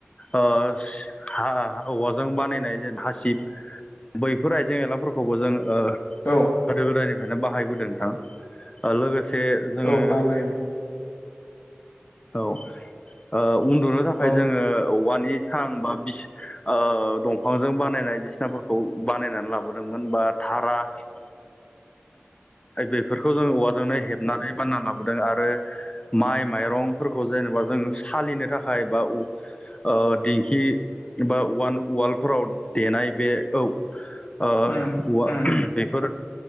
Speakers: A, on the left; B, on the left.
A: ओ <unintelligible> औवाजों बानायनाय जेन हासिब बैफोर आइजें आइलाफोरखौबो जों ओ
B: औ
A: गोदो गोदायनिफ्रायनो बाहायबोदों नोंथां लोगोसे जोङो
B: औ बाहायबाय
A: औ ओ उन्दुनो
B: औ
A: थाखाय जोङो औवानि सां बा बि ओ दंफांजों बानायनाय बिस्नाफोरखौ बानायनानै लाबोदोंमोन बा धारा <unintelligible>
B: <inaudible>
A: बेफोरखौ जों औवाजोंनो हेबनानै बानना लाबोदों आरो माइ माइरंफोरखौ जेनेबा जों सालिनो थाखाय बा ओ दिंखि बा वान-उवालफोराव देनाय बे औ ओ औवा
B: उम उम
A: बेफोर